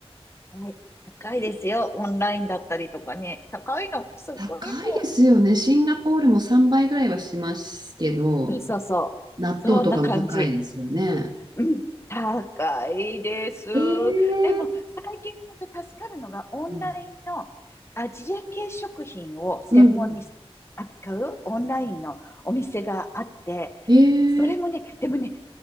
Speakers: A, on the left; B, on the right.
A: はい。高いですよ。オンラインだったりとかね。高いの。すごいも
B: 高いですよね。シンガポールも3倍ぐらいはしますけど、
A: う。そうそう。
B: 納豆とかも高いですよね。
A: そんな感じ。うん。高いです。
B: えー、
A: でも、最近本当助かるのが、オンラインのアジア系食品を専門に
B: うん、うん、うん。
A: 扱うオンラインのお店があって、
B: えー、
A: それもね、でもね、